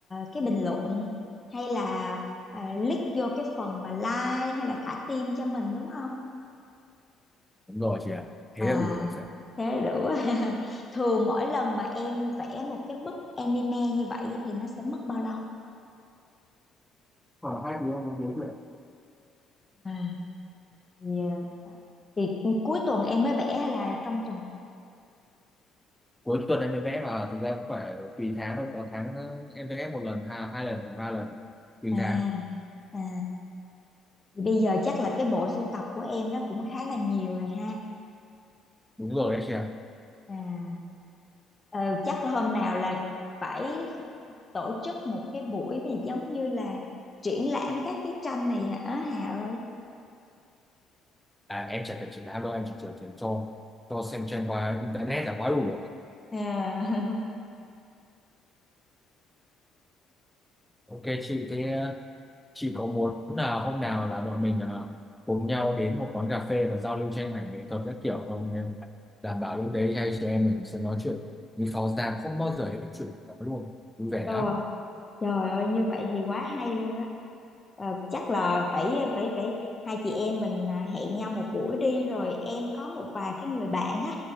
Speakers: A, on the left; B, in the centre.
A: cái bình luận hay là ờ, click vô cái phần mà like hay là thả tim cho mình đúng không
B: đúng rồi chị ạ thế
A: à
B: là đủ rồi chị ạ
A: thế là đủ <laughs> thường mỗi lần mà em vẽ một cái bức anime như vậy thì nó sẽ mất bao lâu
B: khoảng hai tiếng muốn đối rồi ạ.
A: à thì, ờ, đó. thì cuối tuần em mới vẽ hay là trong tuần
B: cuối tuần em mới vẽ mà thực ra cũng phải tùy tháng đâu có tháng ờ, em vẽ một lần à, hai lần hoặc ba lần tùy
A: à
B: tháng
A: à thì bây giờ chắc là cái bộ sưu tập của em nó cũng khá là nhiều rồi ha
B: đúng rồi đấy chị ạ
A: à Ờ, chắc là hôm nào là phải tổ chức một cái buổi này giống như là triển lãm các cái tranh này hả Hà ơi
B: à, em chỉ cần chuyển alo em chỉ cần chuyển cho cho xem trên qua internet là quá đủ rồi
A: à, <laughs>
B: ok chị thế ờ, chị có muốn là hôm nào là bọn mình ờ, cùng nhau đến một quán cà phê và giao lưu tranh ảnh nghệ thuật các kiểu không em đảm bảo lúc đấy hai chị em mình sẽ nói chuyện nhưng pháo ra không bao giờ hết chuyện cả luôn vui vẻ
A: rồi
B: lắm
A: trời ơi như vậy thì quá hay luôn á Ờ, chắc là phải phải phải hai chị em mình à, hẹn nhau một buổi đi rồi em có một vài cái người bạn á